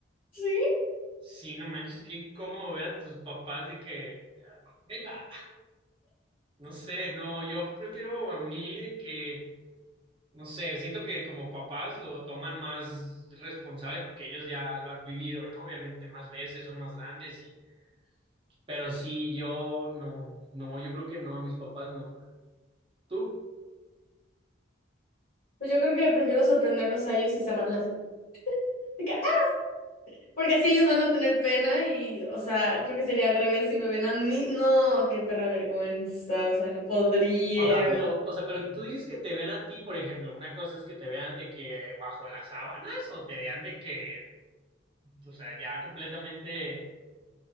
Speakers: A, on the left (about 45°); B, on the right (about 30°).
A: Sí.
B: Sí, no manches, qué incómodo ver a tus papás de que, "Ah, venga, No sé, no, yo prefiero a mí de que, no sé, siento que como papás lo toman más responsable porque ellos ya lo han vivido, ¿no? Obviamente más veces, son más grandes y, pero sí, yo no, no, yo creo que no, a mis papás no. ¿Tú?
A: Pues yo creo que prefiero sorprenderlos a ellos y cerrarla así. De que, ¡ah! Porque así ellos van a tener pena y, o sea, creo que sería al revés si me ven a mí. No, qué perra vergüenza, o sea, no podría.
B: O sea, pero, o sea, pero tú dices que te vean a ti, por ejemplo, una cosa es que te vean de que bajo las sábanas o te vean de que, o sea, ya completamente,